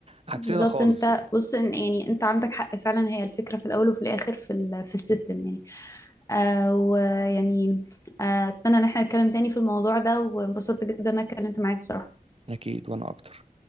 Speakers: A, on the right; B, on the left.
A: عكسنا
B: بالظبط
A: خالص
B: انت
A: يعني
B: بص إن- يعني انت عندك حق فعلا هي الفكره في الاول وفي الاخر في ال في السيستم يعني آه ويعني آه اتمنى ان احنا نتكلم تاني في الموضوع ده وانبسطت جدا ان انا اتكلمت معاك بصراحه
A: اكيد وانا اكتر